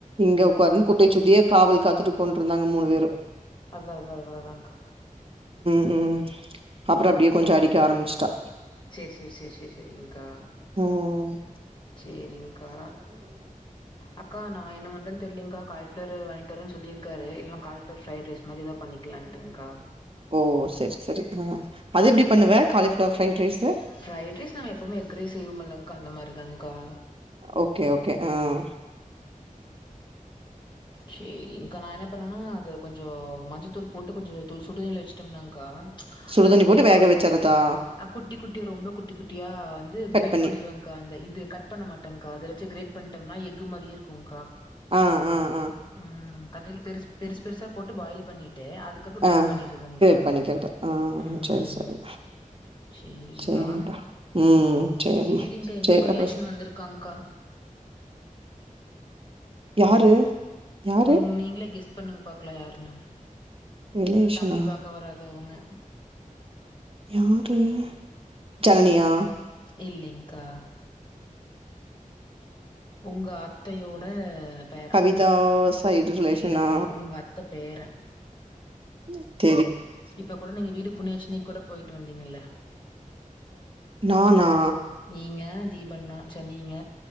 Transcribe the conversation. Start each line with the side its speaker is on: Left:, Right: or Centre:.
Right: இங்க
Left: அதா
Right: உக்காருன்னு
Left: அதா
Right: குட்டை
Left: அதா
Right: சுத்தியே காவல் காத்துட்டு கொண்டுருந்தாங்க மூணு பேரும்
Left: அதான் அதான் அதான் அதான்க்கா
Right: உம் அப்புறம் அப்டியே கொஞ்சம் அடிக்க ஆரம்பிச்சுட்டா
Left: சேர் சேர் சேர் சேர் செரிங்கா
Right: உம்
Left: சேரிங்க்கா அக்கா நா என்ன பண்றன்னு தெர்லங்க்கா கால்ஃப்ளர் வாங்கிட்டு வரேன்னு சொல்லியிருக்காரு இல்லன காலிஃப்ளவர் வாங்கிட்டு வரேணு சொல்லிர்க்காரு இல்லனா காலிஃப்ளவர் ஃப்ரைட் ரைஸ் மாரி எதா பண்ணிக்கலான்டுங்க்கா
Right: ஓ செர் செரி அஹ் அது எப்டி பண்ணுவ cauliflower fried rice
Left: fried rice நாம்ம எப்பவுமே எஃக் ரைஸ் செய்வோம்லங்க்கா அந்த மாரிதான்கா
Right: ஓகே ஓகே அஹ்
Left: சேரிங்க்கா நா என்ன பண்ணுவனா அது கொஞ்சோ இப்போ மஞ்சத்தூள் போட்டு கொஞ்சோ தூ சுடுதண்ணீல வச்சுட்டோம்னாங்க்கா ச்
Right: சுடுதண்ணி
Left: அந்த ஸ்மெல்லு
Right: போட்டு வேக
Left: ஒரு
Right: வச்சறதா
Left: அ குட்டி குட்டி ரொம்ப குட்டி குட்டியா வந்து
Right: கட்
Left: கிரேட்
Right: பண்ணி
Left: பண்ணிருவங்க அந்த இது கட் பண்ண மாட்டேங்கா அதவச்சு கிரேட் பண்டம்னா எஃகு மாரியே இருக்குங்க்கா
Right: ஆஹ் ஆஹ்
Left: உம் தண்ணீல பெருசு பெருசு பெருசா போ ட்டு பாயில் பண்ணி ட்டு அதுக்கப்றம் கிரேட்
Right: ஆ
Left: பண்ணிறதுங்கா
Right: கிரேட் பண்ணிக்கிறது ஆ
Left: ம்
Right: சரி சரி
Left: சேரிங்கா
Right: சரிடா ம் சரிம்மா
Left: சேரிங்கா எங்களுக்கும்
Right: சரி அப்ப
Left: ரிலேஷன் வந்திருக்காங்க்கா
Right: யாரு யாரு
Left: உம் நீங்களே கெஸ் பண்ணுங்க பாக்கலாம் யாருன்னு
Right: ரிலேஷனா
Left: தம்பி பாக்க வராத வோங்க
Right: யாரு ஜனனியா
Left: ம் இல்லைங்க்கா உங்க அத்தையோட பேரன்
Right: கவிதா சைடு ரிலேஷனா
Left: இல்ல உங் உங்க அத்த பேரன்
Right: உம்
Left: இப்ப கூட நீங்க வீடு புண்ணியாட்சனிக்கூட போயிட்டு வந்தீங்கல்ல
Right: நானா
Left: நீங்க தீபண்ணா ச்ச நீங்க